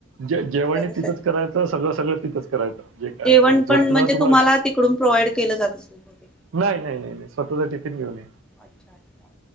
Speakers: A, on the right (about 90°); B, in the centre.
A: जे जेवण
B: दुसऱ्या
A: तिथंच करायचं सगळं सगळं तिथंच करायचं. जे काय
B: जेवण
A: ते झोपणं
B: पण म्हणजे
A: तुम्हाला-
B: तिकडून प्रोव्हाइड केलं जात असेल बहुतेक.
A: नाही नाही नाही नाही स्वतःचा टिफिन- घेऊन या
B: अच्छा अच्छा.